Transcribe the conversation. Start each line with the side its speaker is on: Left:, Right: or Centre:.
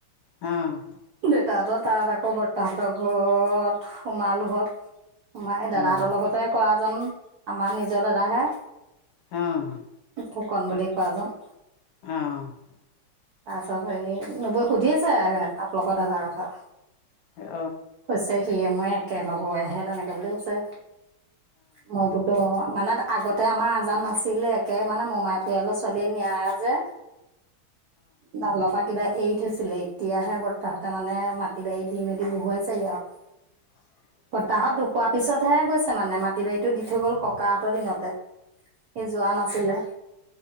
Left: অ'।
Right: দেউতাহঁতৰ তাত আকৌ বৰ্তাহঁতৰ ঘৰত সোমালোঁ ঘৰত। সোমাই দাদাহঁতৰ
Left: অ
Right: লগতে কৰা যেন আমাৰ নিজৰ দাদাহে।
Left: অ'।
Right: ফুকন বুলি কোৱাজন।
Left: অ'।
Right: তাৰপিছত হেৰি নবৈ সুধি আছে আপোনালোকৰ দাদাৰ কথা।
Left: অঁতো
Right: কৈছে সিয়ে মই একেলগৰহে তেনেকে বুলি কৈছে। মই বোলো মানে আগতে আমাৰ আজান নাছিলে একে মানে মোমাই পৰিয়ালৰ ছোৱালী নিয়া যে ডালৰ পা কিবা এৰি থৈছিলে, এতিয়াহে বৰ্তাহতে মানে মাটি বাৰী দি মেলি বহুৱাইছেগে আৰু
Left: <inaudible>
Right: বৰ্তাহঁত ঢুকোৱা পিছতহে গৈছে মানে মাটি-বাৰীটো দি থৈ গ'ল ককাহঁতৰ দিনতে। সি যোৱা নাছিলে।